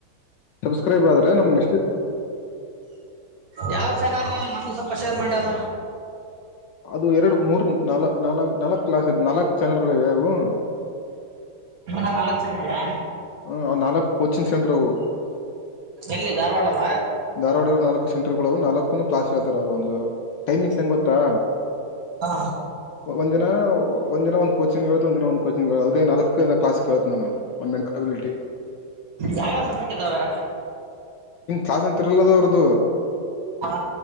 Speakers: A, on the left; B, on the right.
A: ಸಬ್ಸ್ಕ್ರೈಬ್ ಆದ್ರೆ ನಮ್ಷ್ಟಾ
B: ಯಾವ್ ಚೆನ ಅಲ್ಲ ನಾನು ಸ್ವಲ್ಪ ಶೇರ್ ಮಾಡ್ಯಾರ
A: ಅದು ಎರಡು ಮೂರ್ ನಾಲ್ ನಾ ನಾಲ್ಕ್ ಕ್ಲಾಸ್ ನಾಲ್ಕ್ ಚಾನೆಲ್ಗಳಿವೆ ಅವು
B: ಅ ನಾಲ್ಕು ಚಾನೆಲ್ ಆ
A: ಹ ನಾಲ್ಕು ಕೋಚಿಂಗ್ ಸೆಂಟ್ರವು
B: ಎಲ್ಲಿ ಧಾರವಾಡಲ್ಲ
A: ಧಾರವಾಡ ನಾಲ್ಕು ಸೆಂಟರ್ಗಳುವು ನಾಲ್ಕು ಕ್ಲಾಸ್ ಹೇಳ್ತಾರ ಅವ್ರು ಒಂದು ಟೈಮಿಂಗ್ಸ್ ಹೆಂಗ್ ಗೊತ್ತಾ.
B: ಹಾ
A: ಒಂದಿನ ಒಂದ ದಿನ ಒಂದು ಕೋಚಿಂಗಗೆ ಹೇಳೆ ಒಂದ ದಿನ ಒಂದು ಕೋಚಿಂಗದ ನಲ್ಕ ಕ್ಲಸ್ ಕೇಳೆ ನ ಒ ಮೆಂಟ ಅಬಿಲಿಟಿ.
B: ಯಾವ ಸಬ್ಜೆಕ್ಟ್ ಇದಾವೆ
A: ಕಾಸ ಅಂತರಲ್ಲದ ಅವ್ರದು.
B: ಹಾ